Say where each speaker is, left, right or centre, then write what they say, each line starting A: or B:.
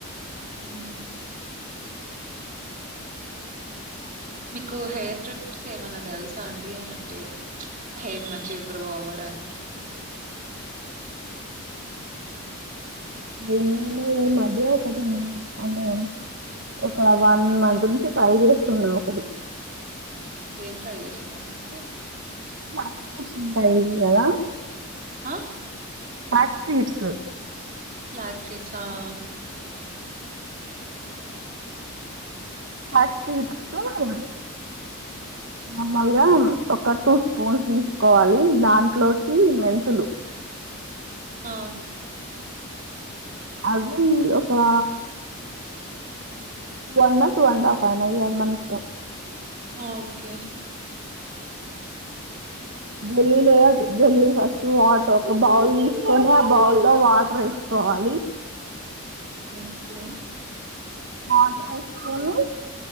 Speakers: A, on the right; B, on the right.
A: హ మీకు హెయిర్ ట్రిప్స్ ఏమన్నా తెల్సా అండి అంటే హెయిర్ మంచిగా గ్రో అవ్వడానికి
B: దేనిమీనో ఈ మద్య ఒకటి అంటే ఒక వన్ మంత్ నుంచి ట్రై చేస్తున్నా ఒకటి
A: ఏం ట్రై చేస్తున్నారండి
B: మ్యాకర్స్ ఉంటాయికద
A: ఆ
B: ఫ్లాక్సీడ్స్
A: ఫ్లాక్ సీడ్సా ఆ
B: ఫ్లాక్ సీడ్సూ నార్మల్గా ఒక టూ స్పూన్స్ తీసుకోవాలి దాంట్లోకి మెంతులు
A: ఆ
B: అవి ఒకా వన్ టూ అండ్ హఫ్ అయినా ఏయాలి మన ఇష్టం
A: ఓకే
B: జల్లి లేద జల్లి ఫస్ట్ వాటర్ ఒక బౌల్ తీసుకొని ఆ బౌల్ లో వాటర్ వేసుకోవాలి
A: ఓకే
B: వాటర్ వేసుకొని